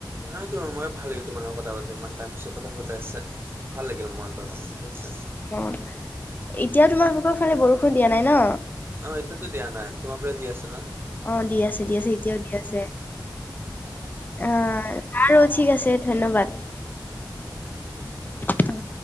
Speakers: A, on the right; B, on the left.
A: নাই তো, মোৰো ভাল লাগিল তোমাৰ লগত কথা পাতি ইমান টইম পিচত কথা পতা হৈছে ভাল লাগিল মনটো অলপ।
B: উমঁ, এতিয়া তোমালোকৰ ফালে বৰষুণ দিয়া নাই ন?
A: অঁ এটিয়াটো দিয়া নাই। তোমাৰ ফালে দি আছে ন?
B: অঁ দি আছে দি আছে, এতিয়াওঁ দি আছে অঁ। বাৰু ঠিক আছে ধন্যবাদ। অঁ।